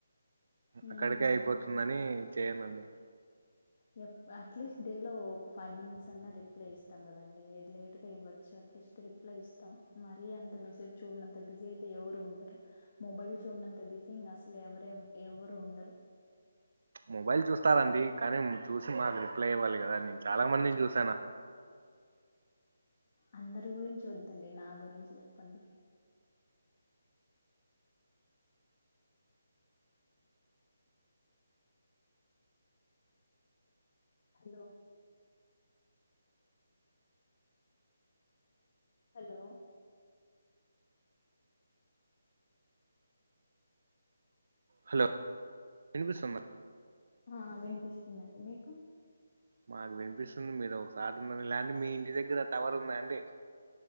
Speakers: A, on the left; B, on the right.
A: మ్మ్
B: అక్కడికే అయిపోతుందని చేయనండి
A: యబ్బా అట్లీస్ట్ డేలో ఒక ఫైవ్ మినిట్స్ అన్నా రిప్లై ఇస్తాం కదండి లేట్గా ఇవ్వచ్చు అట్లీస్ట్ రిప్ రిప్లై ఇస్తాం మరీ అంత మెసేజ్ చూడినంత బిజీ అయితే ఎవరూ ఉండరు మొబైల్ చూడనంత బిజీ ఇంగ అసలు ఎవరూ ఎవరు ఉండరు
B: మొబైల్ చూస్తారండి కానీ చూసి మాకు రిప్లై ఇవ్వాలి కదా నేను చాలా మందిని చూసాను
A: అందరి గురించి వద్దండి నా గురించి చెప్పండి హలో హలో
B: హలో ఇనిపిస్తుందా
A: ఆ వినిపిస్తుందండి మీకు
B: మాకు వినిపిస్తుంది మీరు ఒకసాటుండండి లేే మీ ఇంటి దగ్గర టవర్ ఉందా అండి